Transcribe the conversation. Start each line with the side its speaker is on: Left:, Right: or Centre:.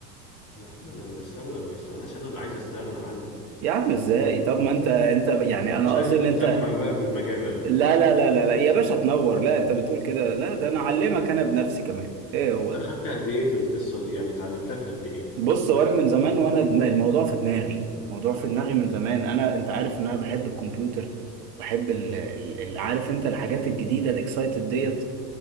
Left: يا عم انا بستغنى ولا ما استغناش انا اللي عايز استغنى عنه
Right: يا عم ازاي طب ما انت انت يعني
Left: طب
Right: انا
Left: مش عايزني
Right: قصدي ان
Left: نزحمك
Right: انت
Left: بقى في المجال ولا
Right: لا
Left: ايه
Right: لا لا لا لا يا باشا تنور لا انت بتقول كده لا ده انا اعلمك انا بنفسي كمان ايه هو
Left: انت
Right: ده
Left: خدت قد ايه في القصة دي يعني اتعلمتها في قد ايه
Right: بص وانا من زمان وانا دم- الموضوع في دماغي الموضوع في دماغي من زمان انا انت عارف ان انا بحب الكمبيوتر بحب ال- ال- ال- عارف انت الحاجات الجديده الاكسايتد ديت